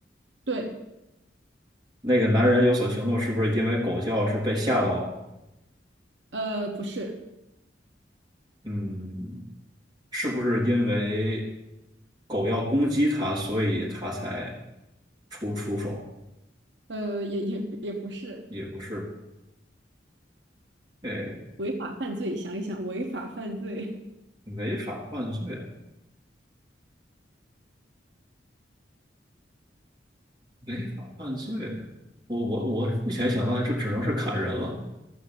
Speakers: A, on the right; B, on the right.
A: 对，
B: 那个男人有所行动，是不是因为狗叫是被吓到了
A: 呃，不是，
B: 嗯，是不是因为狗要攻击他，所以他才出出手？
A: 呃，也也也不是
B: 也不是，哎，
A: 违法犯罪。想一想，违法犯罪，
B: 违法犯罪啊。违法犯罪，我我我目前想到的就只能是砍人了。